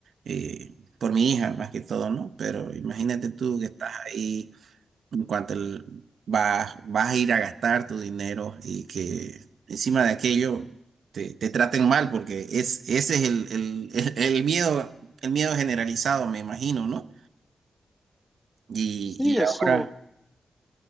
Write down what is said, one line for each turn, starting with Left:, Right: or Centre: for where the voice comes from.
Right: eh, por mi hija más que todo, ¿no? Pero imagínate tú que estás ahí, en cuanto el- vas, vas a ir a gastar tu dinero y que encima de aquello te, te traten mal, porque es, ese es el, el, <laughs> el, el miedo, el miedo generalizado, me imagino, ¿no? Y,
Centre: Sí,
Right: y
Centre: es
Right: ahora...
Centre: como